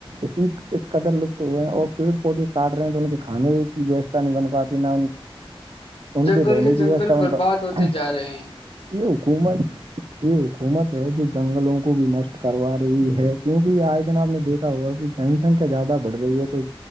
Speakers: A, on the right (about 55°); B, on the left (about 70°).
A: اسی اس قدر لپت ہوئے ہیں اور پیڑ پودے کاٹ رہے ہیں تو ان کے کھانے کی ویوستھا نہیں بن پاتی نہ ان
B: جنگل
A: کی رہنیتی
B: کے جنگل
A: ویوھا
B: برباد
A: پر
B: ہوتے جا رہے
A: یہ حکومت یہ حکومت ہے جو جنگلوں کو بھی نشٹ کروا رہی ہے کیونکہ یہ آئے دن آپ نے دیکھ ہوا کہ جن سنکھیا زیادہ بڑ رہی ہے تو